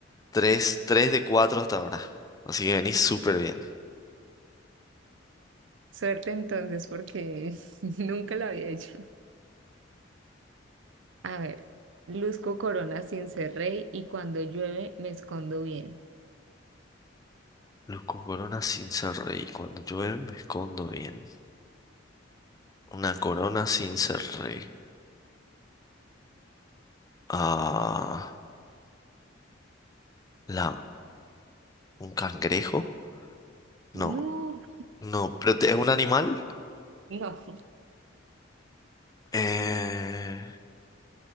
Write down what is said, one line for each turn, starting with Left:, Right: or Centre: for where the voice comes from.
Left: tres, tres de cuatro hasta ahora. Así que venís súper bien.
Right: Suerte entonces, porque <laughs> nunca lo había hecho. A ver, luzco corona sin ser rey y cuando llueve me escondo bien.
Left: Luz corona sin ser rey. Cuando llueve me escondo bien. Una corona sin ser rey. Ah, la, un cangrejo. No,
Right: No,
Left: no, pero te- es un animal.
Right: No,
Left: Eh,